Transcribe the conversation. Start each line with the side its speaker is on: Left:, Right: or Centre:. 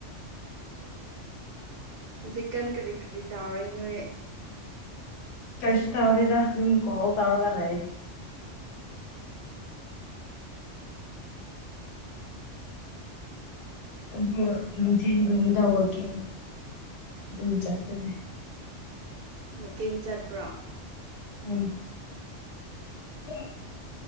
Right: ꯍꯧꯖꯤꯛꯀꯥꯟ ꯀꯔꯤ ꯀꯔꯤ ꯇꯧꯔꯦ ꯅꯣꯏ꯫
Left: ꯀꯩꯁꯨ ꯇꯧꯗꯦꯗ ꯅꯪ ꯀꯣꯜ ꯇꯧꯔꯒ ꯂꯩ꯫ ꯑꯗꯨ ꯅꯨꯡꯊꯤꯟ <unintelligible> ꯇꯧꯔꯛꯀꯦ꯫ ꯑꯗꯨꯝ ꯆꯠꯄꯅꯤ꯫
Right: ꯃꯀꯤꯡ ꯆꯠꯄ꯭ꯔꯣ꯫
Left: ꯎꯝ꯫ ꯑꯗꯨꯝ